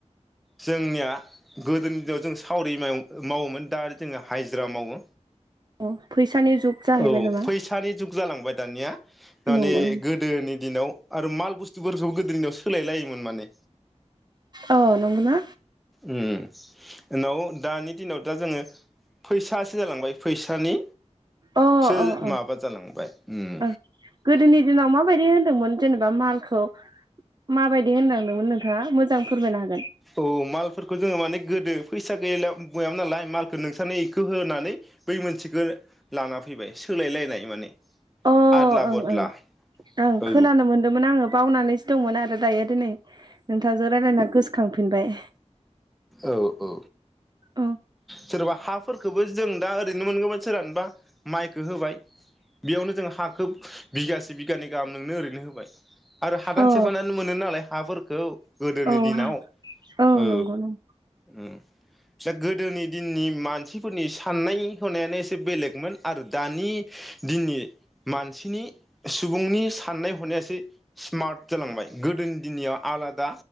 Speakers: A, in the centre; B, on the right.
A: जोंनिया गोदोनि दिनाव जों सावरि मा मावोमोन दा जोङो हायजिरा मावो
B: औ फैसानि जुग जाहैबाय
A: औ
B: नामा
A: फैसानि जुग जालांबाय दानिया। माने
B: नंगौ
A: गोदोनि दिनाव आरो माल बुस्थुफोरखौ गोदोनि दिनाव सोलाय लायोमोन माने।
B: औ नंगौना
A: ओम उनाव दानि दिनाव दा जोङो फैसासो जालांबाय फैसानि
B: अ
A: सो
B: अ अ
A: माबा जालांबाय ओम।
B: ओं गोदोनि दिनाव माबायदि होन्दोंमोन जेनेबा मा मालखौ माबायदि होनलांदोंमोन नोंथाङा मोजां फोरमायनो हागो
A: औ मालफोरखौ जोङो माने गोदो फैसा गैयलायाव बयामोन नालाय मालखौ नोंसानि खो होनानै बै मोनसेखो लाना फैबाय सोलायलायनाय माने।
B: अ
A: आदला
B: ओं
A: बदला
B: ओं ओं
A: औ
B: खोनानो मोनदोंमोन आङो बावनानैसो दंमोन आरो दायो दिनै नोंथांजों रायलायना गोसो खांफिनबाय
A: औ औ
B: औ
A: सोरबा हाफोरखोबो जों दा ओरैनो मोनगौमोन सोरानबा माइखो होबाय बेयावनो जों हाखो बिगासे बिगानै गाहाम नोंनो ओरैनो होबाय। आरो हादान
B: औ
A: सेफायनानै मोनो नालाय हाफोर खौ गोदोनि
B: औ
A: दिनाव
B: हा
A: औ
B: नंगौ नंगौ
A: उम बिसा गोदोनि दिननि मानसिफोरनि साननाय हनायानो एसे बेलेगमोन आरो दानि दिननि मानसिनि सुबुंनि साननाय हनाया एसे स्मार्ट जालांबाय गोदोनि दिननिया आलादा